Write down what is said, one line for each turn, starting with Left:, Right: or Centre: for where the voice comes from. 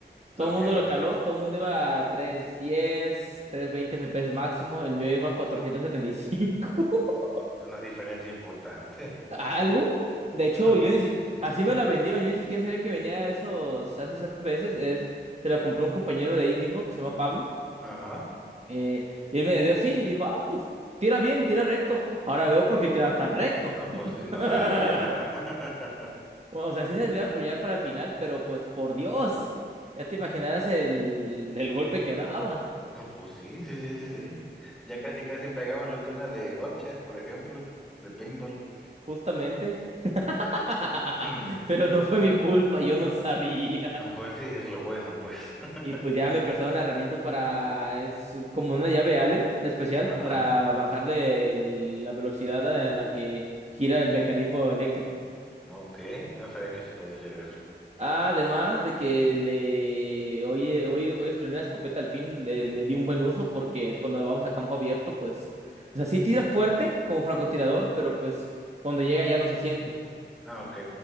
Centre: Ok.
Right: Todo el mundo
Centre: Es
Right: lo caló, todo el mundo iba a 310, 320 FPS máximo, el mío iba a cuatrocientos setenta y cinco <laughs>
Centre: una diferencia importante.
Right: ¿Algo? De
Centre: <laughs>
Right: hecho, yo ni si... así me la vendieron, yo ni siquiera sabía que venía a esos, a esos FPS. Es... Se la compré a un compañero de ahí mismo que se llama Pablo.
Centre: Ajá.
Right: eh, y él me la dio así y dijo: Ah, pues tira bien, tira recto. Ahora veo por qué tiraba tan recto.
Centre: No,
Right: <laughs>
Centre: pues sí, no se desvía nada. <laughs>
Right: Bueno, o sea, sí se desviaba, pero ya para el final, pero pues por Dios, ya te imaginarás el, el golpe que daba,
Centre: No, pues sí, sí, sí, sí, sí. Ya casi, casi pegabas lo que una de gotcha, por ejemplo, de paintball.
Right: justamente. <laughs>
Centre: Mm,
Right: Pero no fue mi culpa, yo no sabía.
Centre: Pues sí, es lo bueno, pues. <laughs>
Right: Y pues ya me prestaron la herramienta para, es como una llave Allen especial
Centre: Ajá,
Right: para bajarle el- la velocidad a la que gira el mecanismo eléctrico.
Centre: ok, no sabía que se podía hacer eso.
Right: Ah, Además de que le, oye, oye, hoy estrené la escopeta al fin, le, le di un buen uso porque cuando vamos a campo abierto, pues, o sea, sí tira fuerte como francotirador, pero pues cuando llega ya no se siente.
Centre: Ah, ok.